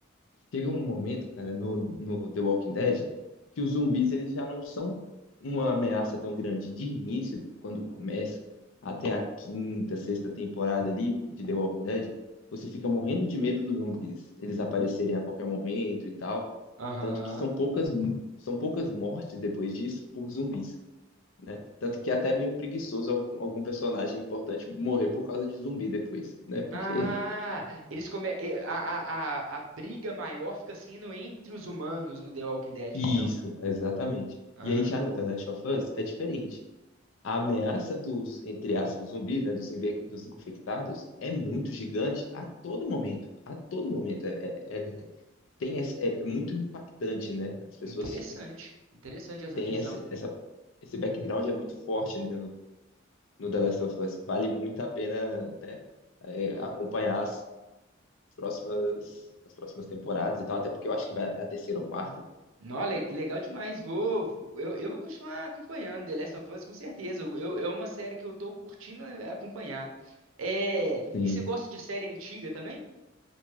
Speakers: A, on the left; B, on the right.
A: Chega um momento, cara, no, no The Walking Dead, que os zumbis eles já não são uma ameaça tão grande de início, quando começa, até a quinta, sexta temporada ali de The Walking Dead, você fica morrendo de medo dos zumbis, eles aparecerem a qualquer momento e tal.
B: Aham.
A: Tanto que são poucas, são poucas mortes depois disso por zumbis, né? Tanto que é até meio preguiçoso algum, algum personagem importante morrer por causa de zumbi depois, né? Porque.
B: Ah, eles come... eh, a, a, a, a briga maior fica sendo entre os humanos no The Walking
A: <laughs>
B: Dead,
A: Isso,
B: então.
A: exatamente.
B: Aham.
A: E aí já no The Last of Us é diferente. A ameaça dos, entre aspas, zumbis, né, dos, inve- dos infectados, é muito gigante a todo momento. A todo momento. É, é- é- tem esse- é muito impactante, né? As pessoas
B: Interessante. Interessante essa
A: têm
B: visão.
A: esse, essa, esse background é muito forte, né, no The Last of Us. Vale muito a pena, né, é, acompanhar as próximas, as próximas temporadas e tal, até porque eu acho que vai até a terceira ou quarta.
B: Não, le- legal demais. Vou, eu, eu vou continuar acompanhando The Last of Us, com certeza. Eu, eu- é uma série que eu tô curtindo eh, acompanhar. É,
A: Sim,
B: e você gosta de série antiga também?